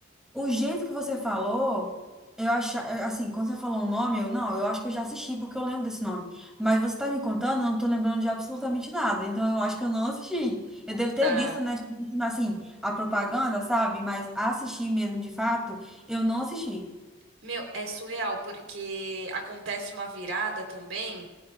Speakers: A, in the centre; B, on the right (about 70°).
A: O jeito que você falou, eu acho, assim, quando você falou o nome, eu não, eu acho que eu já assisti porque eu lembro desse nome. Mas você tá me contando, eu não tô lembrando de absolutamente nada. Então eu acho que eu não assisti. Eu devo ter
B: tá?
A: visto, né, tipo assim, a propaganda, sabe? Mas assistir mesmo de fato, eu não assisti.
B: Meu, é surreal, porque acontece uma virada também.